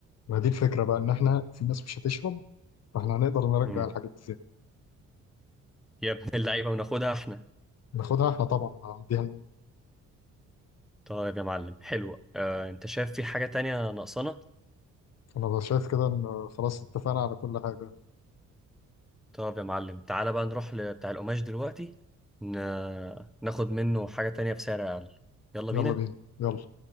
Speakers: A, on the left; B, in the centre.
A: ما دي الفكرة بقى ان احنا في ناس مش هتشرب فاحنا هنقدر نرجع
B: مم.
A: الحاجات دي ازاي
B: يا ابن اللعيبة وناخدها احنا
A: ناخدها احنا طبعا هنديها لنا.
B: طيب يا معلم حلوة آه، انت شايف في حاجة تانية ناقصانا
A: انا بقى شايف كده ان خلاص اتفقنا على كل حاجة
B: طب يا معلم تعالى بقى نروح لبتاع القماش دلوقتي ن... ناخد منه حاجة تانية بسعر أقل يلا
A: يلا
B: بينا
A: بينا يلا